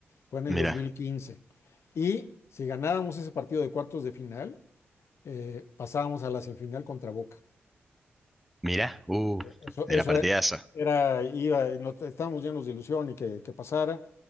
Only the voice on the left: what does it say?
Fue en el
2015. Y si ganábamos ese partido de cuartos de final, eh, pasábamos a la semifinal contra Boca.
Eso,
eso
e- era, iba, y no, te- estábamos llenos de ilusión y que, que pasara.